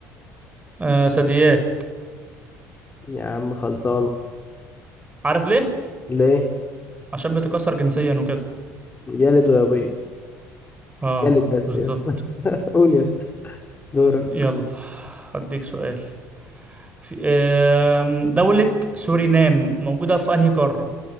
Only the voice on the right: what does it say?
آه ثدييات
عارف ليه
عشان بتكسر جنسيا وكده
اه
بالظبط
يلا هديك سؤال في آم، دولة سورينام موجودة في انهي قارة